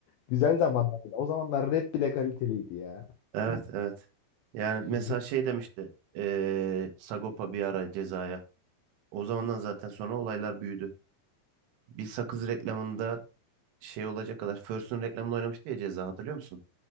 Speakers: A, on the left (about 80°); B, on the right (about 85°).
A: Güzel zamanlardı. O zamanlar rap bile kaliteliydi ya.
B: Evet, evet. Yani
A: Şimdi
B: mesela şey demişti. eee, Sagopa bir ara Ceza'ya. O zamandan zaten sonra olaylar büyüdü. Bir sakız reklamında şey olacak kadar First'un reklamında oynamıştı ya Ceza hatırlıyor musun?